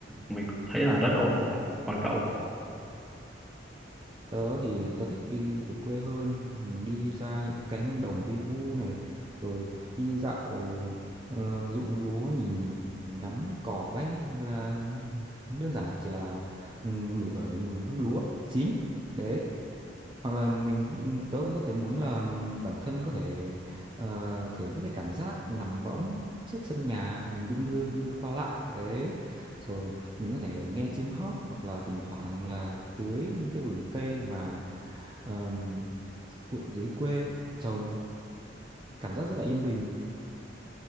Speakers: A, in the centre; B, on the right (about 25°).
A: mình thấy là rất ổn rồi còn cậu
B: tớ thì tớ thích đi về quê hơn ừ, đi ra những cánh đồng vi vu này rồi đi dạo ờ, ruộng lúa nhìn ngắm cỏ bay hoặc là đơn giản chỉ là ừ, ngửi mùi hương lúa chín đấy hoặc là mình cũng tớ cũng có thể muốn là bản thân có thể ờ, thưởng thức cái cảm giác nằm võng trước sân nhà mình đung đưa đung đưa qua lại đấy rồi mình có thể nghe chim hót hoặc là thỉnh thoảng là tưới những cái vườn cây mà ờm, quậy dưới quê trồng cảm giác rất là yên bình